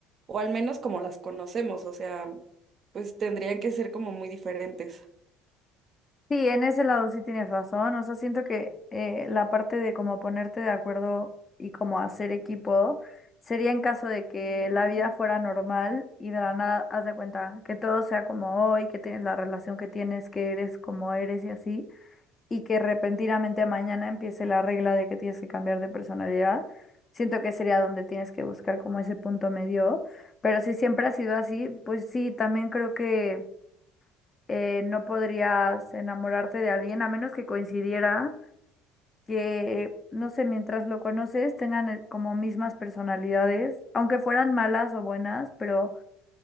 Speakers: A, on the right (about 45°); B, on the left (about 30°).
A: o al menos como las conocemos, o sea, pues tendrían que ser como muy diferentes.
B: Sí, en ese lado sí tienes razón. O sea, siento que eh, la parte de como ponerte de acuerdo y como hacer equipo sería en caso de que la vida fuera normal y de la nada haz de cuenta que todo sea como hoy, que tienes la relación que tienes, que eres como eres y así, y que repentinamente mañana empiece la regla de que tienes que cambiar de personalidad. Siento que sería donde tienes que buscar como ese punto medio. Pero si siempre ha sido así, pues sí, también creo que eh, no podrías enamorarte de alguien a menos que coincidiera que, no sé, mientras lo conoces tengan eh, como mismas personalidades, aunque fueran malas o buenas, pero